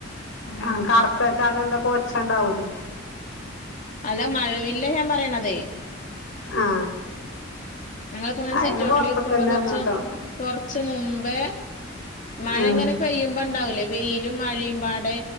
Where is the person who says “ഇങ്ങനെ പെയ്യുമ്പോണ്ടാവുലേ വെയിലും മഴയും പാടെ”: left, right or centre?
Left